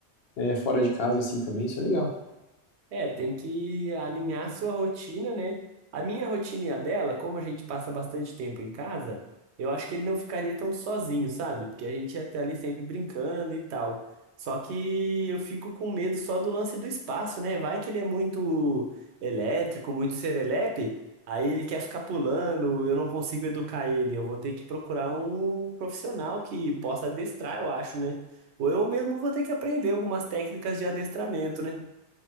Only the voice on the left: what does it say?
é, fora de casa, assim também, isso é legal.